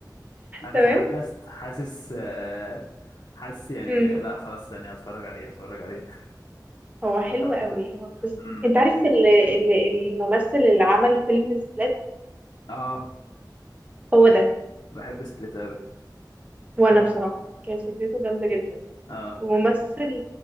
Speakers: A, on the left; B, on the right.
A: انا
B: تمام
A: تحمست حاسس آه، حاسس يعني
B: امم
A: لا خلاص ثانية هتفرج عليه هتفرج عليه
B: هو حلو
A: طب
B: قوي هو بس
A: امم
B: انت عارف ال- ال- الممثل اللي عمل فيلم سبلات
A: اه
B: هو ده
A: بحب سبليت قوي
B: وانا بصراحة كانت فكرته جامدة جدا
A: اه
B: وممثل